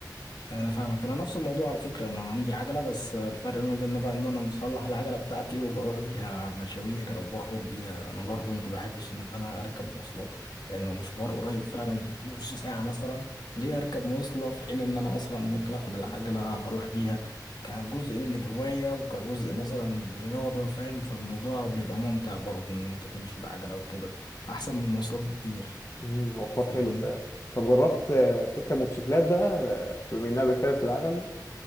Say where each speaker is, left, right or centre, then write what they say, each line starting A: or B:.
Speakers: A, on the left (about 70°); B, on the left (about 40°).
A: انا فاهمك انا نفس الموضوع على فكره انا عندي عجله بس الفرق ما بيننا بقى ان انا مصلح العجله بتاعتي وبروح بيها مشاوير او بخرج بيها انا برضو ما بحبش ان انا اركب مواصلات يعني لو مشوار قريب فعلا نص ساعه مثلا ليه اركب مواصله في حين ان انا مثلا ممكن اخد العجله اروح بيها كجزء من الهوايه وكجزء مثلا رياضه فاهم فالموضوع بيبقى ممتع برضو ان انت تمشي بعجله وكده احسن من المواصلات بكتير
B: امم هو حوار
A: فاهمني
B: حلو فعلا طب جربت آه، تركب موتوسيكلات بقى آه، بما اننا بنتكلم في العجل